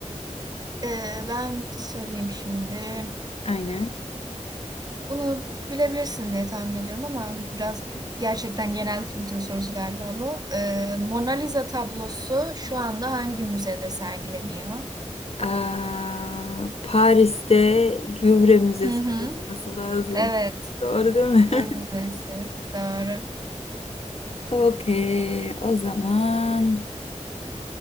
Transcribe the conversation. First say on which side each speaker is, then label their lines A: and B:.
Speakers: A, on the right; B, on the left.
A: Ee, ben sorayım şimdi.
B: <laughs> Aynen.
A: Bunu bilebilirsin diye tahmin ediyorum ama biraz gerçekten genel kültür sorusu galiba bu. Ee, Mona Lisa tablosu şu anda hangi müzede sergileniyor?
B: Aa, Paris'te Louvre Müzesi
A: Hı hı.
B: olması lazım.
A: Evet,
B: Doğru değil mi? <laughs>
A: Louvre Müzesi. Doğru.
B: Okey, o zaman